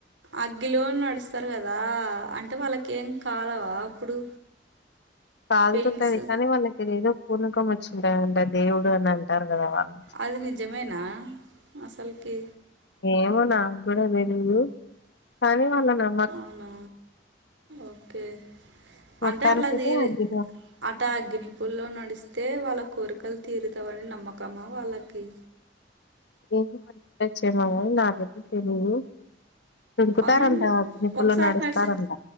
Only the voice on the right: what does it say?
అగ్గిలో నడుస్తారు కదా అంటే వాళ్ళకి ఏం కాలవా అప్పుడు
పెయిన్స్
అది ని జమేనా అసల్ కి
అవునా ఓకే
అంటే అట్లా తీరి
అట అగ్గినిపుల్లో నడిస్తే వాళ్ళ కోరికలు తీరుతావని నమ్మకమా వాళ్ళకి
అవునండి
ఒకసారి
నడిసి